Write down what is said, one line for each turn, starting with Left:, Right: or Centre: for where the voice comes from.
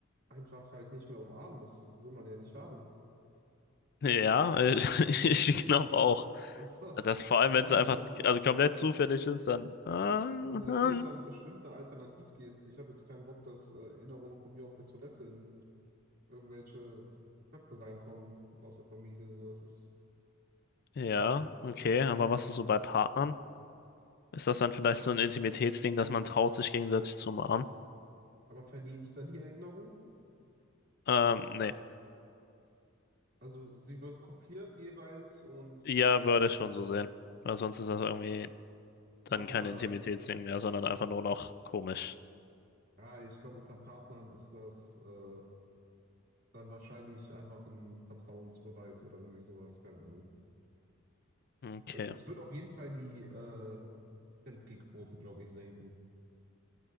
Right: einfach halt nicht mehr umarmen, das will man ja nicht haben.
Left: Ja, äh, <laughs> ich glaube auch.
Right: Also
Left: Das vor
Right: da
Left: allem,
Right: findet
Left: wenn es einfach
Right: man,
Left: also komplett
Right: best-
Left: zufällig ist, dann. äh, äh,
Right: also da findet man bestimmte eine Ich habe jetzt keinen Bock, dass äh, Erinnerungen von mir auf der Toilette in irgendwelche Köpfe reinkommen aus der Familie. So, das ist.
Left: Ja, okay, aber was ist so bei Partnern? Ist das dann vielleicht so ein Intimitätsding, dass man traut, sich gegenseitig zu umarmen?
Right: Aber verliere ich dann die Erinnerung?
Left: Ähm, nee.
Right: Also sie wird kopiert jeweils und
Left: Ja, würde ich schon so sehen. Weil sonst
Right: ich
Left: ist das irgendwie dann
Right: glaube
Left: kein
Right: unter,
Left: Intimitätsding mehr, sondern einfach nur noch komisch.
Right: ja, ich glaube unter Partnern ist das. Äh, Dann wahrscheinlich einfach ein Vertrauensbeweis oder irgendwie sowas, keine Ahnung.
Left: Okay.
Right: Ä- Es wird auf jeden Fall die äh, Fremdgehquote, glaube ich, senken.